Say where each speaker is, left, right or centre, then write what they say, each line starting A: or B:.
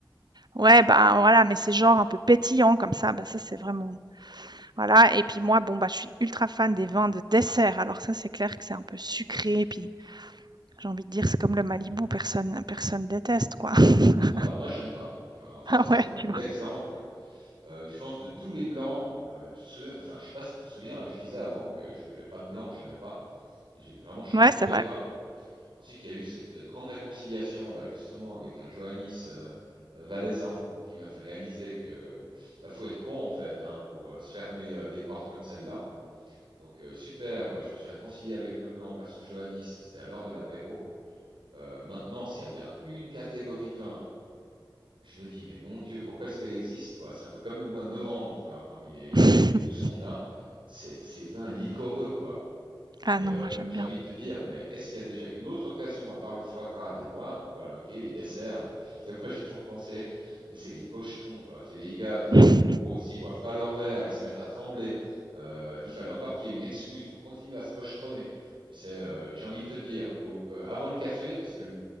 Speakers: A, on the right; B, on the right.
A: ouais, bah voilà, mais c'est genre un peu pétillant comme ça, bah ça c'est vraiment voilà. Et puis moi, bon bah je suis ultra fan des vins de dessert. Alors ça c'est clair que c'est un peu sucré, puis j'ai envie de dire c'est comme le Malibu, personne personne déteste quoi. <laughs>
B: Alors moi j'aime pas. Tu vois, alors ça
A: Ah
B: c'est
A: ouais,
B: vraiment
A: tu
B: l'exemple.
A: vois.
B: euh, je pense de tous les blancs. euh, tu te souviens- enfin je sais pas si tu te souviens, je disais avant que je buvais pas de blanc, que j'aimais pas. Et j'ai vraiment j'en
A: Ouais,
B: buvais
A: c'est vrai.
B: pas. Ensuite, il y a eu cette euh, grande réconciliation, là, justement, avec un Johannis euh, euh, valaisan qui m'a fait réaliser que bah, faut être con, en fait, hein, pour euh, se fermer euh, des portes comme celle-là. Donc, euh, super, euh, je me suis réconcilié avec le blanc grâce au Johannis, c'était à l'heure de l'apéro. Euh, maintenant, s'il y a bien une catégorie de vin, je me dis, mais mon Dieu, pourquoi est-ce qu'elle existe, quoi? C'est un peu comme le mois de novembre, tu vois, parmi les,
A: <laughs>
B: les 12 qu'on a, c'est ces vins liquoreux, quoi.
A: Ah
B: Et
A: non,
B: euh,
A: moi j'aime
B: j'ai
A: bien.
B: envie de te dire, mais est-ce qu'il y a déjà une autre occasion, à part le foie gras, de les boire Voilà, ok, les desserts, mais tu sais, moi j'ai toujours pensé, mais c'est les pochetrons, quoi. C'est les gars, tu sais,
A: <laughs>
B: qu'en gros, s'ils boivent pas leur verre, ils se mettent à trembler. Euh, il fallait encore qu'il y ait une excuse pour continuer à se pochetronner. Tu sais, euh, j'ai envie de te dire, au- euh, avant le café, parce que le,